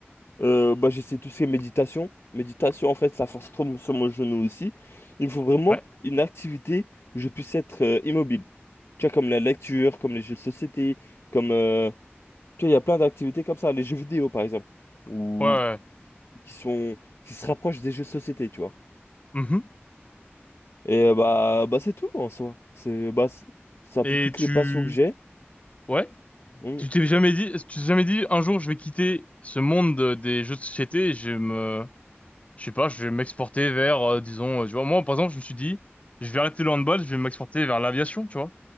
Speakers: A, on the left; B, on the left.
A: Euh, bah, j'essaie tout ce qui est méditation. Méditation, en fait, ça force trop sur mon genou aussi. Il me faut vraiment
B: Ouais.
A: une activité où je puisse être euh, immobile. Tu vois, comme la lecture, comme les jeux de société, comme... euh, Tu vois, il y a plein d'activités comme ça, les jeux vidéo, par exemple, ou
B: Ouais. ouais.
A: qui sont... qui se rapprochent des jeux de société, tu vois.
B: Mhm.
A: Et euh, bah, bah c'est tout en soi. C'est bah, c'est c'est un
B: Et
A: peu toutes
B: tu
A: les passions que j'ai.
B: ouais,
A: Mm.
B: tu t'es jamais dit tu t'es jamais dit un jour je vais quitter ce monde de- des jeux de société et je vais me je sais pas, je vais m'exporter vers euh, disons euh, tu vois moi par exemple, je me suis dit je vais arrêter le handball, je vais m'exporter vers l'aviation, tu vois.